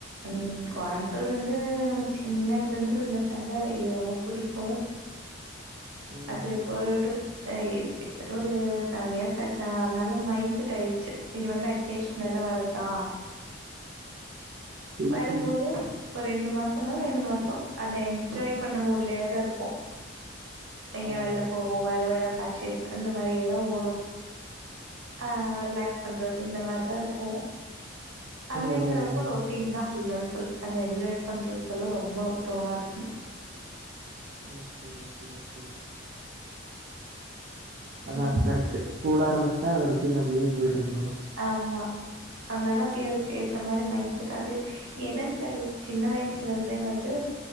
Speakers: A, on the right (about 85°); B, on the right (about 40°).
A: ம் கோயம்புத்தூர் வந்து நமக்கு சின்ன இதுல இருந்து இருந்ததுனால இது ரொம்ப புடிக்கு
B: ம்
A: அது போறட்டு ஆ கிட்டத்தட்ட ஒரு செவன் இயர்ஸ் ஆச்சா அதனால மைண்ட் செட் ஆயிருச்சு இது வந்து அகேஷன் எல்லா வர்தா
B: ஓகே
A: வரும்போது ஒரு ரெண்டு மாசனால ரெண்டு மாசோ அந்த என்ஜாய் பண்ற மூட்லயே தா இருக்கு எங்கேயே
B: ஆ ஆ
A: வெள்ல போவோ
B: ஆ
A: வருவ ஏதா பர்ச்சேஸ் அந்த மாரியேதா ஓடு ஆ ரிலாக்ஸ் பண்றது. இந்த மாரிதா இருக்கு. அங்கங்கறப்ப
B: ம் ம் ம் ம்
A: ரோட் ஃபுல் அண்ட் ஃபுல் அந்த என்ஜாய் பண்றதெல்லா ரொம்போ தோணாது.
B: Okay okay. கே அதா
A: ம்
B: கரெக்ட் கூல் ஆரம்பச்சுட்டா அத ரொட்டின் அப்படியே போயிட்டு இருக்.
A: ஆமா. அந்னால அப்படியே அதுக்
B: ஆ
A: ஏத்த மாரி மைண்ட் செட் அது என்னன் தெர்ல சின்ன வயசுல இருந்தே வந்து